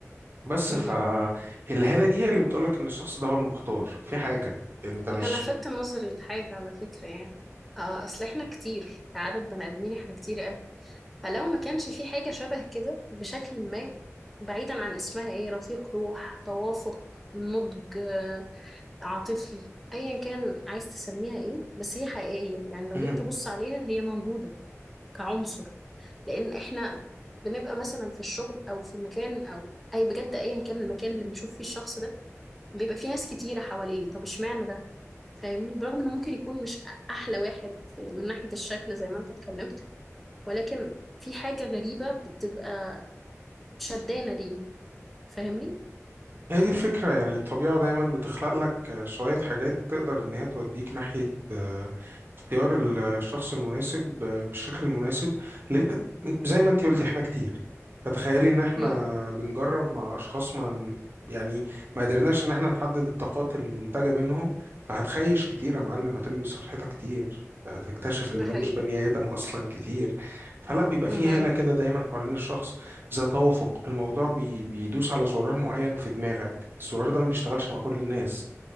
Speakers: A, on the right; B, in the centre.
A: بس
B: مهم.
A: فالهالة دي هي اللي بتقولك إن الشخص ده هو المختار في حاجة أنت
B: أنت
A: مش
B: لفتت نظري لحاجة على فكرة يعني آه أصل إحنا كتير كعدد بني آدمين إحنا كتير أوي فلو ما كانش في حاجة شبه كده بشكل ما بعيدا عن اسمها إيه رفيق روح توافق نضج آه، عاطفي ايا كان عايز تسميها ايه بس هي حقيقية يعني لو
A: مهم.
B: جيت تبص عليها هي موجودة كعنصر لان احنا بنبقى مثلا في الشغل او في المكان او اي بجد ايا كان المكان اللي بنشوف فيه الشخص ده بيبقى فيه ناس كتيره حواليه طب اشمعنى ده فاهمني برغم انه ممكن يكون مش احلى واحد في- من ناحيه الشكل زي ما انت اتكلمت ولكن في حاجه غريبه بتبقى شدانه ليه فاهمني
A: هي دي الفكرة يعني الطبيعة دايما بتخلق لك شوية حاجات تقدر إن هي توديك ناحية آه، اختيار الشخص المناسب آه، بالشكل المناسب لأن زي ما انتي قلتي احنا كتير فتخيلي إن احنا
B: امم
A: بنجرب مع أشخاص ما ن- يعني ما قدرناش إن احنا نحدد الطاقات المنتجة منهم فهتخيش كتير يا معلم هتلبس في الحيطة كتير هتكتشف إن
B: ده حقيقي
A: ده مش بني آدم أصلا كتير فلا بيبقى فيه
B: اها
A: هالة كده دايما حوالين الشخص ذا توافق الموضوع بي بيدوس على زرار معين في دماغك الزرار ده ما بيشتغلش مع كل الناس